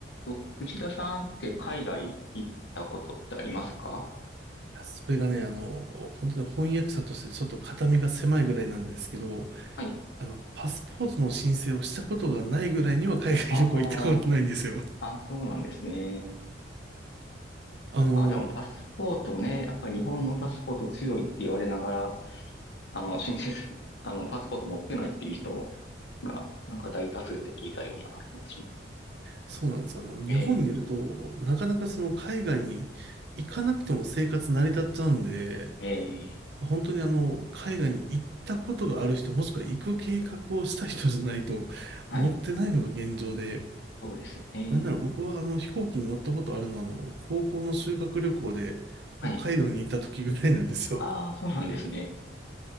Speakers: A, on the left; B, on the right.
A: と、藤田さんって海外行ったことってありますか
B: それがね、あの、本当に翻訳者としてちょっと肩身が狭いぐらいなんですけど、
A: はい。
B: あの、パスポートの申請をしたことがないぐらいには海外旅行行ったことないんですよ。
A: あ
B: <laughs>
A: あ、あ、そうなんですね。
B: あの、
A: あ、でもパスポートね、やっぱり日本のパスポート強いって言われながら、あの、申請す、<laughs> あの、パスポート持ってないっていう人が、なんか大多数って聞いたような気もします。
B: そうなんです。あの、日本にいると、
A: え
B: なかなかその海外に行かなくても生活成り立っちゃうんで、
A: ー、えー、
B: 本当にあの、海外に行ったことがある人、もしくは行く計画をした人じゃないと、
A: はい。
B: 持ってないのが現状で、
A: そうですよね。
B: なんだろう、僕はあの飛行機に乗ったことあるのは、あの、高校の修学旅行で北海道にいた時ぐらいなんですよ。
A: はい。ああ、そうなんですね。